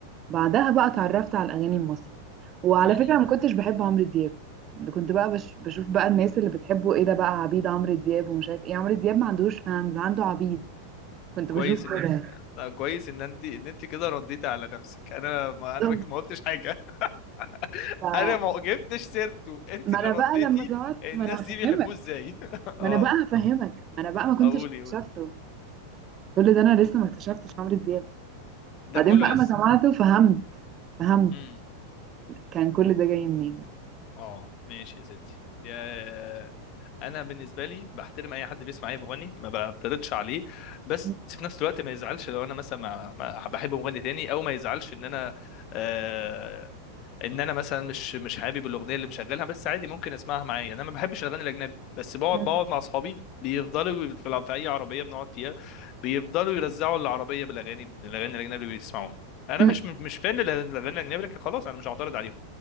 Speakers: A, on the right (about 30°); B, on the left (about 40°).
A: بعدها بقى اتعرفت على الاغاني المصري وعلى
B: أمم.
A: فكره ما كنتش بحب عمرو دياب كنت بقى بش بشوف بقى الناس اللي بتحبه ايه ده بقى عبيد عمرو دياب ومش عارف ايه عمرو دياب ما عندوش فانز عنده عبيد كنت
B: كويس
A: بشوف
B: انك
A: كده
B: آه، كويس ان انت ان انت كده رديتي على نفسك انا ما انا
A: بالظبط.
B: ما ما قلتش حاجة <laughs>
A: ف-
B: انا ما جبتش سيرته انت
A: ما
B: اللي
A: انا
B: رديتي
A: بقى لما ظهرت
B: الناس
A: ما انا هفهمك
B: دي بيحبوه ازاي <laughs>
A: ما
B: اه
A: انا بقى هفهمك ما انا بقى ما كنتش
B: اقولي قولي
A: اكتشفته كل ده انا لسه ما اكتشفتش عمرو دياب
B: ده
A: بعدين
B: كله
A: بقى
B: لسه
A: ما سمعته فهمت فهمت
B: امم
A: كان كل ده جاي منين
B: اه ماشي يا ستي يا انا بالنسبه لي بحترم اي حد بيسمع اي مغني ما بعترضش عليه بس
A: م-
B: في نفس الوقت ما يزعلش لو انا مثلا ما ما- بحب مغني تاني او ما يزعلش ان انا آه، ان انا مثلا مش مش حابب الاغنيه اللي مشغلها بس عادي ممكن اسمعها معايا يعني انا ما بحبش الاغاني الاجنبي بس بقعد
A: م-
B: بقعد مع اصحابي بيفضلوا في الع- في اي عربيه بنقعد فيها بيفضلوا يرزعوا العربيه بالاغاني الاغاني الاجنبي اللي بيسمعوها انا
A: م-
B: مش مش فان للاغاني الاجنبي لكن خلاص انا مش هعترض عليهم